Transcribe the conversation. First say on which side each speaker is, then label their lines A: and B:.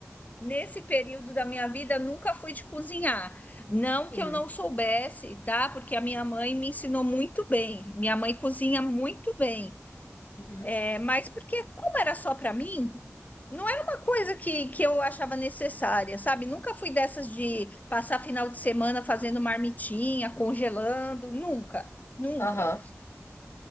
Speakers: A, on the left (about 30°); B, on the left (about 55°).
A: nesse período da minha vida, nunca fui de cozinhar. Não que
B: Hum.
A: eu não soubesse, tá? Porque a minha mãe me ensinou muito bem. Minha mãe cozinha muito bem.
B: Uhum.
A: É, mas porque, como era só para mim, não era uma coisa que, que eu achava necessária, sabe? Nunca fui dessas de passar final de semana fazendo marmitinha, congelando, nunca, nunca.
B: Aham.